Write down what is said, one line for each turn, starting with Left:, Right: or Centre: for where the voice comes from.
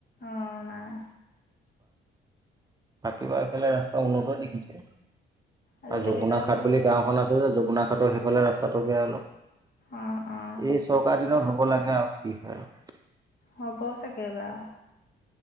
Left: অ' নাই।
Right: থাকিবাফালে ৰাস্তা উন্নত দেখিছিল
Left: আজিকালি
Right: আৰু যমুনা
Left: ভাল
Right: ঘাট
Left: হ'ল।
Right: বুলি গাঁওখন আছে। যে যমুনা ঘাটৰ সেইফালে ৰাস্তাটো বেয়া অলপ।
Left: অ অ।
Right: এই চৌকাৰ দিনত হ'ব লাগে আৰু কি হয় আৰু
Left: হ'ব চাগে এইবাৰ